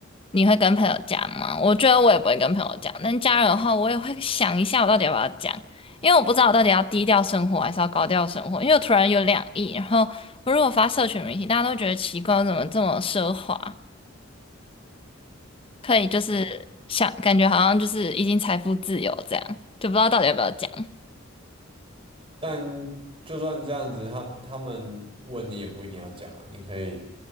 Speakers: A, on the left; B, on the right.
A: 你会跟朋友讲吗？我觉得我也不会跟朋友讲，但家人的话，我也会想一下我到底要不要讲，因为我不知道我到底要低调生活还是要高调生活，因为我突然有两亿，然后我如果发社群媒体，大家都觉得奇怪，我怎么这么奢华，可以就是想感觉好像就是已经财富自由这样，
B: 嗯，
A: 就不知道到底要不要讲。
B: 但就算这样子，他他们问你也不一定要讲啊，你可以